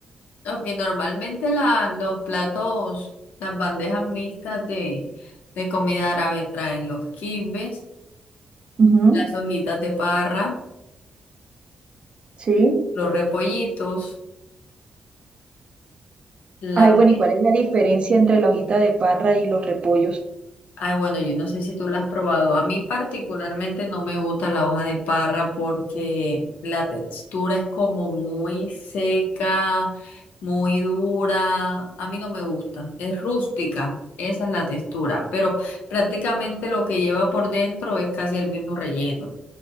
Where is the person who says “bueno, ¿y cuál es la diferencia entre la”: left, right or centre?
Right